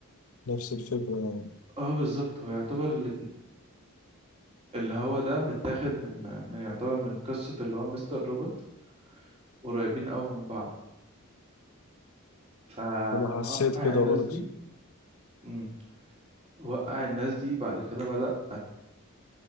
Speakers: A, on the left (about 75°); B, on the right (about 30°).
A: نفس الفكرة يعني.
B: اه بالظبط هو يعتبر اللي, اللي هو ده متاخد من من يعتبر من قصة اللي هو مستر روبوت قريبين قوي من بعض فلما
A: انا حسيت
B: وقع
A: كده
B: الناس
A: برضه
B: دي مم. وقع الناس دي بعد كده بدأ